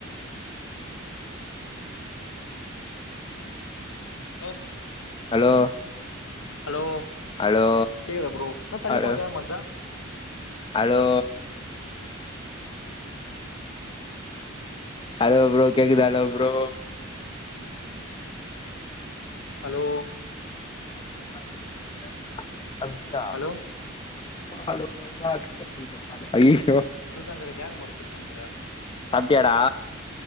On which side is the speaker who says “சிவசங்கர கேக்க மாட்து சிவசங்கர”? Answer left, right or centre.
Left